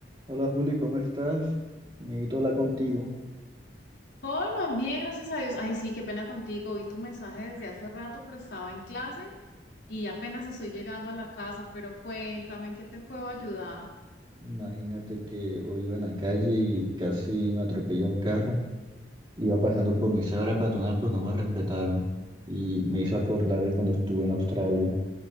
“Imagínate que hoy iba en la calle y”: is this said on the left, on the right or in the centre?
Right